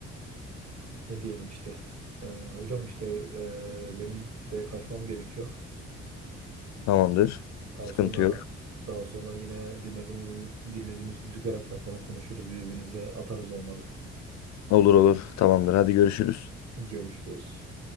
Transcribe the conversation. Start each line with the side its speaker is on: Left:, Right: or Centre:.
Right: Ne diyelim işte. E, hocam işte e, benim de kaçmam gerekiyor.
Left: Tamamdır.
Right: Daha
Left: Sıkıntı
Right: sonra
Left: yok.
Right: daha sonra yine dinlediğim, dinlediğimiz müzikler hakkında falan konuşuruz. Birbirimize atarız olmadı.
Left: Olur olur. Tamamdır. Hadi görüşürüz.
Right: Görüşürüz.